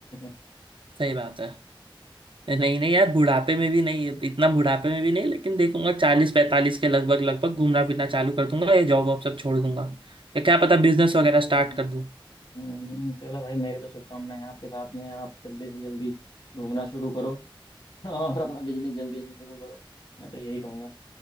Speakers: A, on the left; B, on the right.
A: <laughs>
B: सही बात है नहीं नहीं यार बुढ़ापे में भी नहीं इतना बुढ़ापे में भी नहीं लेकिन देखूंगा चालीस पैंतालीस के लगभग लगभग घूमना फिरना चालू कर दूंगा ये जॉब वॉब सब छोड़ दूंगा या क्या पता बिजनेस वगैरह
A: तो
B: स्टार्ट कर दूं
A: हम्म, चलो भाई मेरी तो शुभकामनाएं हैं आपके साथ में आप जल्दी से जल्दी घूमना शुरू करो <laughs> और अपना बिजनेस जल्दी से शुरू करो मैं तो यही कहूँगा